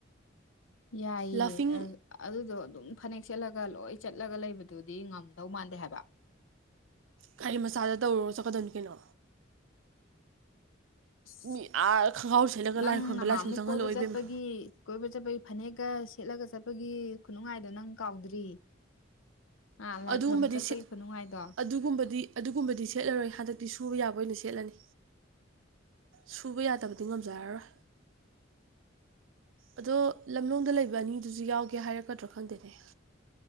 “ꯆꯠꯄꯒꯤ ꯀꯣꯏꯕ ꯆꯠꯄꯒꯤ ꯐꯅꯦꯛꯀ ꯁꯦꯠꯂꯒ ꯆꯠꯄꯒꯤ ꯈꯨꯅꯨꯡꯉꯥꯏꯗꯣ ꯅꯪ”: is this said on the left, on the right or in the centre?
Left